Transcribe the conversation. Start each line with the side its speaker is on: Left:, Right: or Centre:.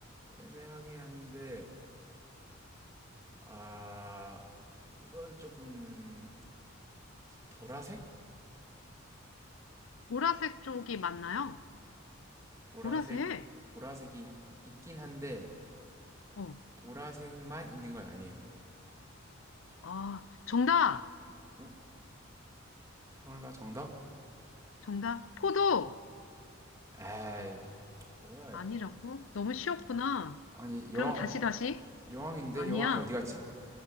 Right: 애매하긴 한데 아 이건 조금 보라색?
Left: 보라색 쪽이 맞나요?
Right: 보라색
Left: 보라색?
Right: 보라색이 있긴 한데
Left: 어.
Right: 보라색만 있는 건 아니에요.
Left: 아, 정답!
Right: 어? 설마 정답?
Left: 정답. 포도!
Right: 에이 뭐야?
Left: 아니라고? 너무 쉬웠구나.
Right: 아니 여왕
Left: 그럼 다시, 다시.
Right: 여왕인데
Left: 아니야.
Right: 여왕이 어디 갔지?